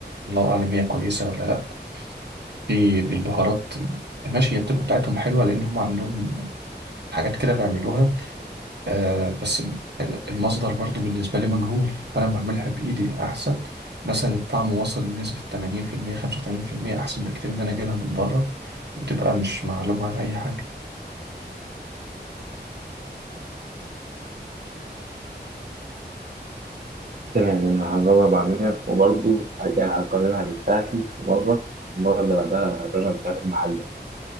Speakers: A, on the right; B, on the right.
A: الله أعلم هي كويسة ولا لأ في البهارات ماشي هي بتبقى بتاعتهم حلوة لأن هم عندهم حاجات كده بيعملوها آه بس ال- المصدر برضو بالنسبة لي مجهول فأنا بعملها بإيدي أحسن مثلا الطعم وصل لنسبة 80% 85% أحسن بكتير إن أنا أجيبها من بره وتبقى مش معلوم عنها أي حاجة
B: تمام أنا هجرب أعملها وبرضه يعني هقارنها بتاعتي في مرة المرة اللي بعدها هقارنها بتاعت المحل